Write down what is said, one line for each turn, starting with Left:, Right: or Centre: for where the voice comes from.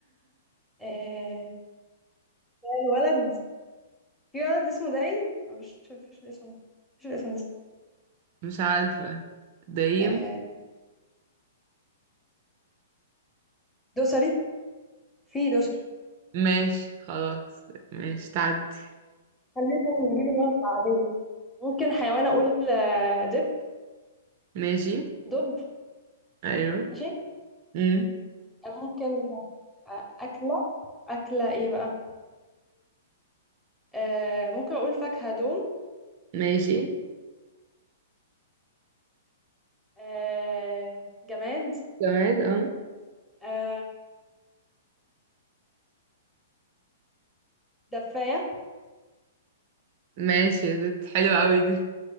Centre: آه، ده الولد في ولد اسمه دايم مفيش مفيش الاسم ده مفيش الاسم ده
Right: مش عارفة دايم
Centre: آه، دوسري في دوسري
Right: ماشي خلاص ماشي تعدي
Centre: خلينا نجيب الولد بعدين ممكن حيوان اقول آه، دب
Right: ماشي
Centre: دب
Right: ايوه
Centre: ماشي
Right: امم
Centre: آه، ممكن آه، اكله اكله ايه بقى آه، ممكن اقول فاكهه دوم
Right: ماشي
Centre: آه، جماد
Right: جماد اه
Centre: آه، دفايه
Right: ماشي يا ست حلوة قوي دي